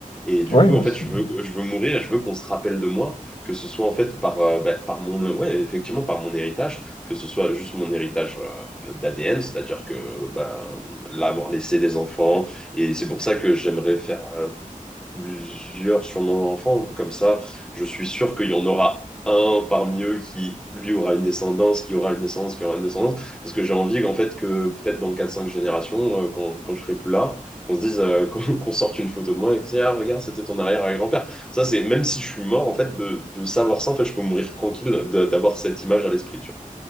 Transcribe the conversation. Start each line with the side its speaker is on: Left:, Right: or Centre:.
Centre: Et du
Left: Ouais,
Centre: coup,
Left: moi
Centre: en fait,
Left: aussi.
Centre: je
Left: ouais.
Centre: veux, je veux mourir et je veux qu'on se rappelle de moi, que ce soit en fait par, euh, bah, par mon, ouais, effectivement, par mon héritage, que ce soit juste mon héritage d'ADN, c'est-à-dire que bah, l'avoir laissé des enfants. Et c'est pour ça que j'aimerais faire euh, plusieurs sur mon enfant. Comme ça, je suis sûr qu'il y en aura un parmi eux qui, lui, aura une descendance, qui aura une descendance, qui aura une descendance. Parce que j'ai envie qu'en fait, que peut-être dans quatre cinq générations, euh, quand, quand je serai plus là, qu'on se dise, euh, <laughs> qu'on qu'on sorte une photo de moi et que c'est, ah, regarde, c'était ton arrière-grand-père. Ça, c'est, même si je suis mort, en fait, de, de savoir ça, en fait, je peux mourir tranquille de- d'avoir cette image à l'esprit, tu vois.